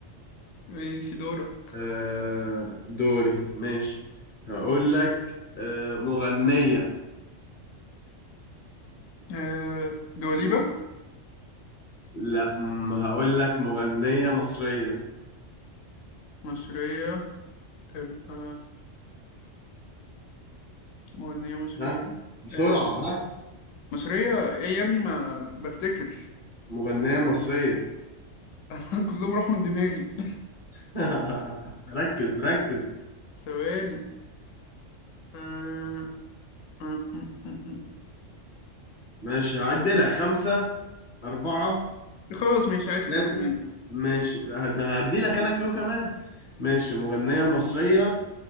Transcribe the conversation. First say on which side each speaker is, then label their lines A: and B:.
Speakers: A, on the left; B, on the left.
A: ماشي دورك
B: آه دوري ماشي هقول لك آه مغنية
A: آه... دواليبة
B: لا أم، هقول لك مغنية مصرية
A: مصرية تبقى مغنية مصرية
B: ها بسرعة
A: آه...
B: ها
A: مصرية إيه يا ابني ما بفتكر
B: مغنية مصرية
A: <laughs> كلهم راحوا من دماغي
B: <laughs> ركز ركز
A: <laughs> ثواني آه... آه، آه، آه، آه.
B: ماشي هعد لك خمسة أربعة
A: خلاص ماشي عايز كلو
B: ثلاثة
A: كمان
B: ماشي هدي لك انا كلو كمان ماشي مغنية مصرية